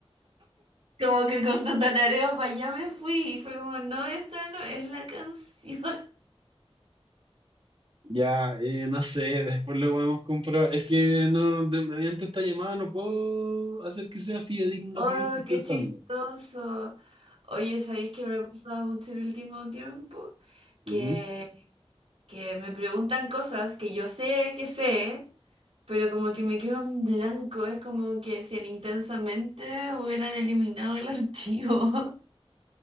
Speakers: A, on the right (about 75°); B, on the right (about 60°).
A: Como que con tu talareo para allá me fui. Y fue como, no, esta no es la canción. <laughs>
B: ya, eh, no sé, después lo podemos comprobar. Es que no, de- mediante esta llamada no puedo hacer que sea fidedigno
A: Oh,
B: lo que yo estoy pensando.
A: qué chistoso. Oye, ¿sabéis que me ha pasado mucho el último tiempo?
B: Ujú.
A: Que, que me preguntan cosas que yo sé que sé, pero como que me quedo en blanco. Es como que si en intensamente hubieran eliminado el archivo.